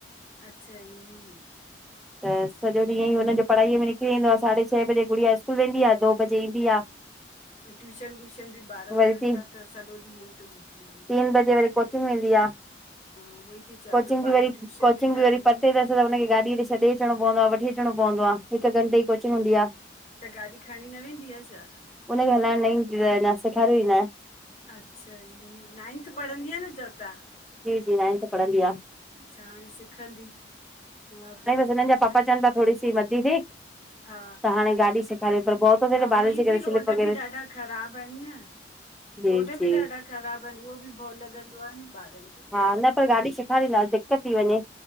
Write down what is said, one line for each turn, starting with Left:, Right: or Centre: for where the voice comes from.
Left: अच्छा ईए
Centre: त सॼो ॾीहं ईयइ हुनजो पढ़ाईअ में निकरी वेंदो आ, साढ़े छे बजे गुड़िया स्कूल वेंदी आ दो बजे ईंदी आ।
Left: ट्यूशन व्यूशन बि बार
Centre: वरी
Left: वनन
Centre: ती
Left: ता त सॼो ॾीह ईय थो निकरी वञें।
Centre: हिंनजे वरी को कोचिंग वेंदी आ
Left: उहो ई थी चवां
Centre: कोचिंग
Left: न ॿार
Centre: बि वरी,
Left: ट्यूशन
Centre: कोचिंग
Left: था
Centre: बि वरी
Left: वञनि
Centre: परते
Left: न
Centre: तस त हुनखे गाॾी ते छॾे अचणो पवंदो आह वठी अचणो पवंदो आह हिक घंटे जी कोचिंग हूंदी आ।
Left: त गाॾी खणी न वेंदी आ छा।
Centre: हुनखे हलायण न ईंदी तस अञां सेखारयो ई न आहे।
Left: अच्छा ईए, नाइंथ पढ़ंदी आ न चवोता।
Centre: जी-जी नाइंथ पढ़ंदी आ।
Left: अच्छा हाणे सीखंदी हूआ बि!
Centre: हिनन जा पापा
Left: न
Centre: चवन पया थोड़ी सी वॾी थे त
Left: हा
Centre: हाणे गाॾी सिखारे पर भओ तो थे
Left: हा
Centre: न
Left: हूअं
Centre: बारिश जे
Left: ई
Centre: करे
Left: बि
Centre: स्लिप
Left: रोड
Centre: वग़ैरे
Left: बि ॾाढा ख़राब आहिनि न
Centre: जी-जी
Left: रोड बि ॾाढा ख़राब आयेन उहो बि भओ लंगदो आ न बारन जो
Centre: हां न त गाॾी सेखारी दांस दिक्कत थी वञे